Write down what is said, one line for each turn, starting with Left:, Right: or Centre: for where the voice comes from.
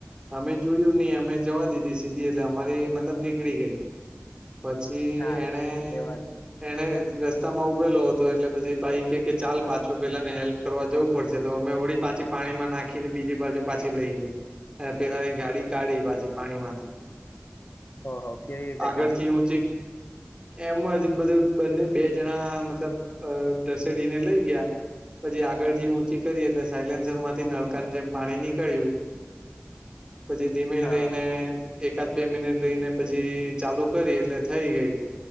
Right: અમે જોયું નઈ અમે જવા દીધી સીધી એટલે અમારી મતલબ નીકળી ગઈ. પછી
Left: હા
Right: એણે
Left: એ વાત
Right: એણે રસ્તામાં ઉભેલો હતો એટલે પછી ભાઈ કે ચાલ પાછો પેલા ને હેલ્પ કરવા જવું પડશે તો અમે વળી પાછી પાણીમાં નાખીને બીજી બાજુ પાછી લઈ ગયો. અને પેલાની ગાડી કાઢી પાછી પાણીમાંથી
Left: ઓહો કે જા
Right: આગરથી ઊંચી એમ જ બધું બને બે જણા મતલબ ઘસેડીને લઈ ગયા. પછી આગળથી ઊંચી કરી એટલે સાયલેન્સર માંથી નળકાની જેમ પાણી નીકળ્યું. પછી ધીમે
Left: હા
Right: રહીને
Left: હા.
Right: એકાદ બે મિનિટ રહીને પછી ચાલુ કરી એટલે થઈ ગઈ.